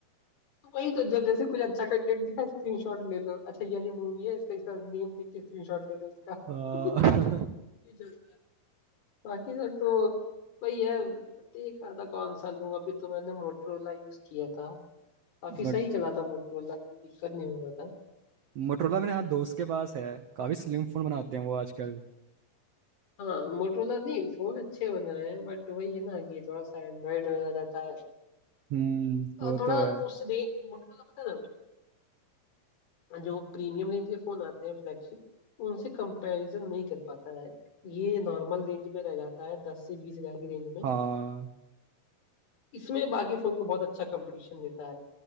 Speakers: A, on the left; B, on the right.
A: तो वही तो जब जैसे कुछ अच्छा कंटेंट दिखा स्क्रीनशॉट ले लो अच्छा ये वाली मूवी है इसका इसका नेम देख के स्क्रीनशॉट ले लो इसका
B: आ, <laughs>
A: <laughs> ये चलता है बाकी सब तो वही है देख रहा था कौन सा लूं अभी तो मैंने मोटरोला यूज किया था काफी
B: मट,
A: सही चला था मोटरोला कोई दिक्कत नहीं हुआ था
B: मोटरोला मेरे हाँ दोस्त के पास है काफी स्लिम फोन बनाते हैं वो आजकल
A: हाँ मोटरोला नहीं फोन अच्छे बन रहे हैं बट वही है ना कि थोड़ा सा एंड्रॉइड में आ जाता है
B: हम्म
A: और
B: वो
A: थोड़ा
B: तो है
A: उस रेंज मोटरोला पता है ना जो प्रीमियम रेंज के फोन आते हैं फ्लैगशिप उनसे कंपैरिजन नहीं कर पाता है ये नॉर्मल रेंज में रह जाता है दस से बीस हजार की रेंज में
B: हाँ
A: इसमें बाकी फोन को बहुत अच्छा कंपटीशन देता है